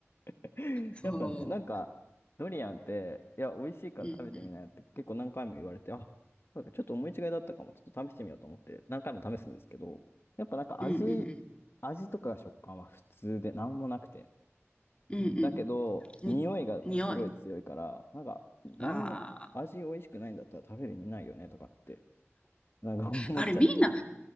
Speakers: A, on the left; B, on the left.
A: <laughs>
B: そ
A: やっぱね、なんか、ドリアンって、いや、美味しいから食べてみなよって結構何回も言われて、
B: う。うん
A: あ、なんかちょっと思い違いだったかも、ちょっと試してみようと思って、何回も試すんですけど、やっぱなんか味、
B: うん。うんうん
A: 味とか食感は普通で何もなくて。
B: うん。うん
A: だけど、
B: うん。
A: 匂いがすごい強いから、
B: に、匂い。
A: なんか、何も、
B: ああ。
A: 味美味しくないんだったら食べる意味ないよねとかって、なんか思っちゃって。
B: あれみんな、